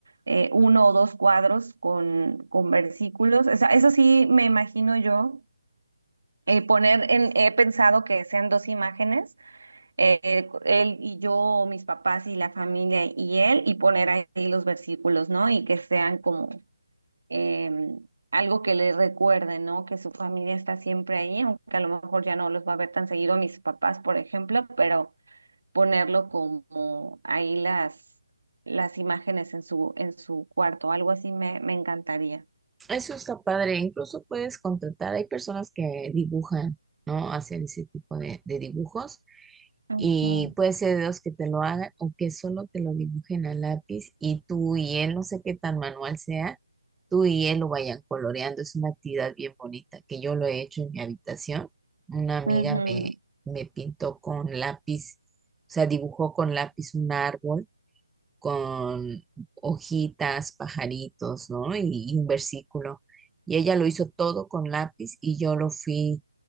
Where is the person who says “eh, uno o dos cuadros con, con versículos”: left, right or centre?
Right